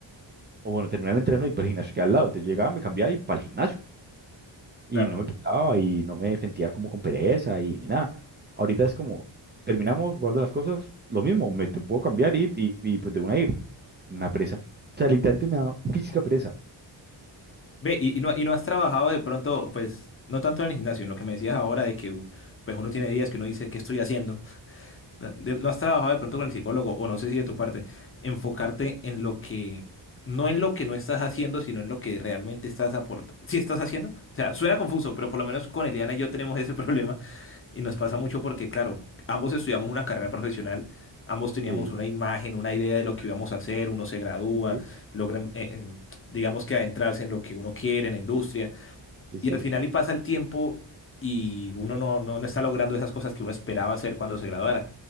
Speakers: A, on the right (about 25°); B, on the left (about 30°).
A: o bueno, terminaba el entreno y para el gimnasio que al lado. Entonces llegaba, me cambiaba y para el gimnasio. y
B: claro.
A: no me pesaba y no me sentía como con pereza y ni nada. Ahorita es como, terminamos, guardo las cosas, lo mismo, me te puedo cambiar y, y, y, pues de una ir. Me da pereza. O sea, literalmente me da física pereza.
B: Ve, y, y no, y no has trabajado de pronto, pues, no tanto en el gimnasio, en lo que me decías ahora de que u- pues uno tiene días que uno dice, ¿qué estoy haciendo? de- no has trabajado de pronto con el psicólogo, o no sé si de tu parte, enfocarte en lo que, no en lo que no estás haciendo, sino en lo que realmente estás aportando. Si estás haciendo, o sea, suena confuso, pero por lo menos con Eliana y yo tenemos ese <laughs> problema y nos pasa mucho porque, claro, ambos estudiamos una carrera profesional, ambos teníamos
A: Sí,
B: una imagen, una idea de lo que íbamos a hacer, uno se gradúa,
A: sí, sí,
B: logra, eh, eh, digamos que adentrarse en lo que uno quiere, en la industria.
A: sí, sí.
B: Y al final y pasa el tiempo y uno no, no, no está logrando esas cosas que uno esperaba hacer cuando se graduara.